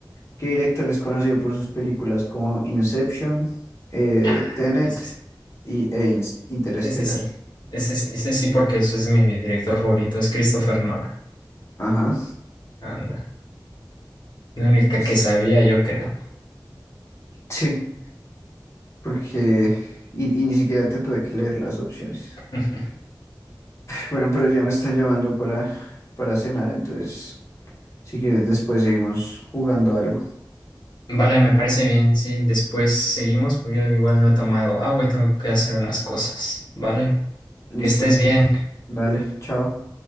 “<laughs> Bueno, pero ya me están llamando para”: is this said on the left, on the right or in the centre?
Left